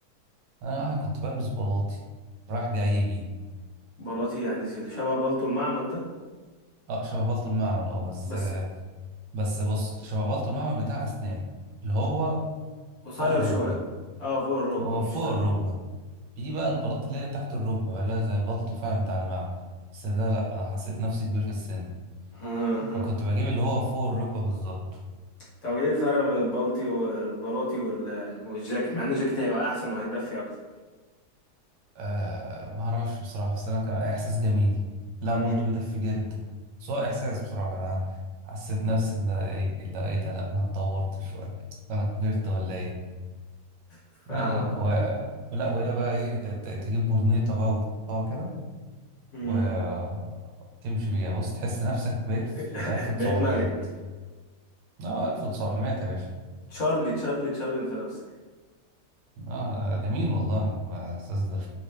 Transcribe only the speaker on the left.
بلاطي يعني اللي شبه بلطو المعمل
بس
قصير
شوية اه فوق الركبة
مش
تحت
<laughs>
طب ايه الفرق بين البلطي والبلاطي وال- والجاكيت مع ان الجاكيت هيبقى احسن وهيدفي اكتر
امم
فاهمك
اه
امم
<laughs>
بقيت ملك
تشارلي تشارلي تشارلي في نفسك